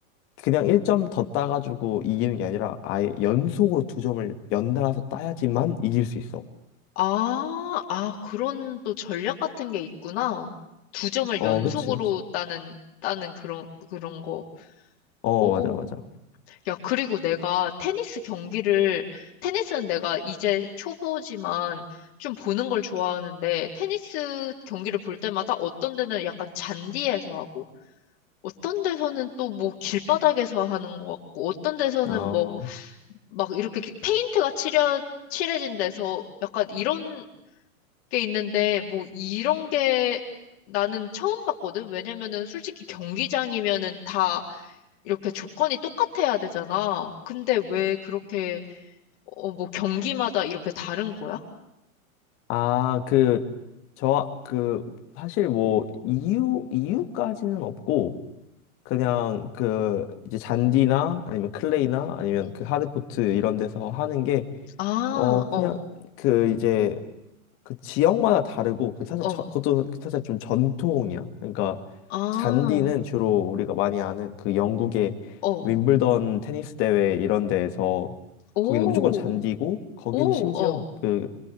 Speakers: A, on the left; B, on the left.
A: 그냥 1점 더 따가지고 이기는 게 아니라 아예 연속으로 두 점을 연달아서 따야지만 이길 수 있어.
B: 아, 아, 그런 또 전략 같은 게 있구나. 두 점을
A: 어,
B: 연속으로
A: 그치, 그치.
B: 따는, 따는 그런, 그런 거.
A: 어,
B: 오.
A: 맞아, 맞아.
B: 야, 그리고 내가 테니스 경기를, 테니스는 내가 이제 초보지만 좀 보는 걸 좋아하는데, 테니스 경기를 볼 때마다 어떤 데는 약간 잔디에서 하고, 어떤 데서는 또 뭐 길바닥에서 하는 것 같고, 어떤 데서는
A: 어,
B: 뭐 막 이렇게 기- 페인트가 칠해, 칠해진 데서 약간 이런 게 있는데, 뭐 이런 게 나는 처음 봤거든? 왜냐면은 솔직히 경기장이면은 다 이렇게 조건이 똑같아야 되잖아. 근데 왜 그렇게, 어, 뭐 경기마다 이렇게 다른 거야?
A: 아, 그, 저, 그, 사실 뭐, 이유, 이유까지는 없고, 그냥 그, 이제 잔디나 아니면 클레이나 아니면
B: 음.
A: 그 하드코트 이런 데서 하는 게,
B: 아,
A: 어, 그냥
B: 어,
A: 그 이제 그 지역마다 다르고 그 사실
B: 어,
A: 저, 그것도 사실 좀 전통이야. 그러니까
B: 아,
A: 잔디는 주로 우리가 많이 아는 그 영국의
B: 어,
A: 윈블던 테니스 대회 이런 데에서
B: 오,
A: 거기는 무조건 잔디고 거기는
B: 오,
A: 심지어
B: 어,
A: 그